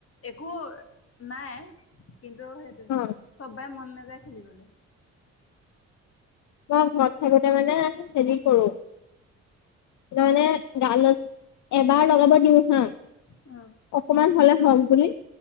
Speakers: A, on the left (about 50°); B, on the left (about 70°).
A: একো নাই কিন্তু সেইটোৱে
B: অ
A: চববাই মন নাযায় খেলিবলে।
B: মই ঘৰত থাকোতে মানে হেৰি কৰো। ননে গালত এবাৰ লগাব দিওঁ হা।
A: উম।
B: অকমান হলে হওক বুলি